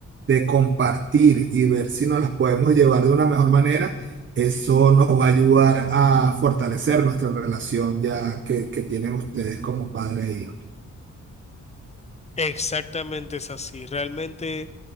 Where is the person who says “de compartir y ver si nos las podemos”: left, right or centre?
Right